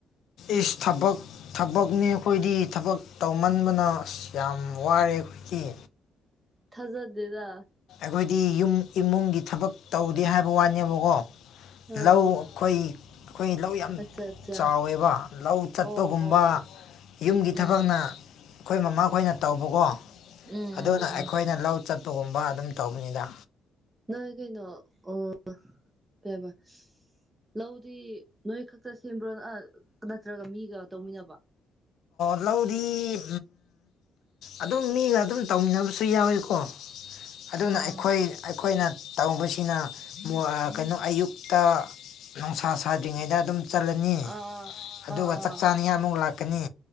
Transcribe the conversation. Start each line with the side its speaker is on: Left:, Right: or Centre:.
Left: ꯏꯁ ꯊꯕꯛ ꯊꯕꯛꯅꯦ ꯑꯩꯈꯣꯏꯗꯤ ꯊꯕꯛ ꯇꯧꯃꯟꯕꯅ ꯑꯁ ꯌꯥꯝ ꯋꯥꯔꯦ ꯑꯩꯈꯣꯏ
Right: ꯊꯖꯗꯦꯗ
Left: ꯑꯩꯈꯣꯏꯗꯤ ꯌꯨꯝ ꯏꯃꯨꯡꯒꯤ ꯊꯕꯛ ꯇꯧꯗꯦ ꯍꯥꯏꯕ ꯋꯥꯅꯦꯕꯀꯣ
Right: ꯑꯥ
Left: ꯂꯧ ꯑꯩꯈꯣꯏ ꯑꯩꯈꯣꯏ ꯂꯧ ꯌꯥꯝ
Right: ꯑꯠꯆꯥ ꯑꯠꯆꯥ
Left: ꯆꯥꯎꯋꯦꯕ ꯂꯧ ꯊꯠꯄꯒꯨꯝꯕ
Right: ꯑꯣ ꯑꯣ
Left: ꯌꯨꯝꯒꯤ
Right: ꯎꯝ
Left: ꯊꯕꯛꯅ ꯑꯩꯈꯣꯏ ꯃꯃꯥꯈꯣꯏꯅ ꯇꯧꯕꯀꯣ
Right: ꯎꯝ
Left: ꯑꯗꯨꯅ
Right: ꯎꯝ ꯎꯝ
Left: ꯑꯩꯈꯣꯏꯅ ꯂꯧ ꯆꯠꯄꯒꯨꯝꯕ ꯑꯗꯨꯝ ꯇꯧꯕꯅꯤꯅ
Right: ꯅ ꯀꯩꯅ ꯑ ꯀꯕ ꯂꯧꯗꯤ ꯅꯣꯏ ꯈꯛꯇ ꯁꯦꯝꯕ꯭ꯔꯣ ꯅꯠꯇ꯭ꯔꯒ ꯃꯤꯒ ꯇꯧꯃꯤꯟꯅꯕ
Left: ꯂꯧꯗꯤ ꯑꯗꯨꯝ ꯃꯤꯒ ꯑꯗꯨꯝ ꯇꯧꯃꯤꯟꯅꯕꯁꯨ ꯌꯥꯎꯋꯤꯀꯣ ꯑꯗꯨꯅ
Right: ꯑꯥ
Left: ꯑꯩꯈꯣꯏ ꯑꯩꯈꯣꯏꯅ ꯇꯧꯕꯁꯤꯅ ꯀꯩꯅꯣ ꯑꯌꯨꯛ ꯇ ꯅꯨꯡꯁꯥ ꯁꯥꯗ꯭ꯔꯤꯉꯩꯗ ꯑꯗꯨꯝ ꯆꯜꯂꯅꯤ
Right: ꯑꯥ
Left: ꯑꯗꯨꯒ
Right: ꯑꯥ ꯑꯥ
Left: ꯆꯥꯛ ꯆꯥꯅꯤꯡꯉꯥꯏ ꯑꯃꯨꯛ ꯂꯥꯛ ꯆꯠꯀꯅꯤ